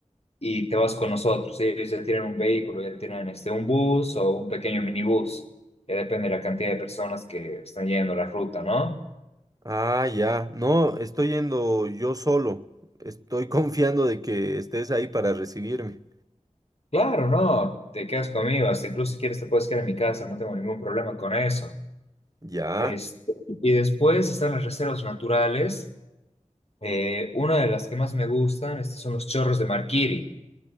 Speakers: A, on the left (about 50°); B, on the right (about 30°).
A: y te vas con nosotros. Ellos ya tienen un vehículo, ya tienen este, un bus o un pequeño minibús. Ya depende de la cantidad de personas que están yendo la ruta, ¿no?
B: Ah, ya. No, estoy yendo yo solo. Estoy <laughs> confiando de que estés ahí para recibirme.
A: Claro, no, te quedas conmigo. Hasta incluso si quieres te puedes quedar en mi casa, no tengo ningún problema con eso.
B: Ya.
A: Este, y después están las reservas naturales. Eh, una de las que más me gustan, este, son los chorros de Marquiri.